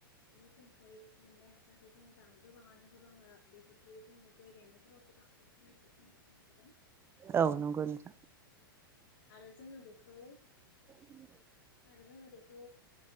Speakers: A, on the left; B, on the right.
A: मोसौफ्राय मोननाय हासारखौ जों गोबाङानो होबाङा बेफोरखौ जोङो गय गायनायफोराव। जों बांसिन होनायखौ जों नुनो मोनबोदों।
B: औ नंगौ नोंथां।
A: आरो जोङो बेखौ
B: <inaudible>
A: आरो जोङो बेखौ।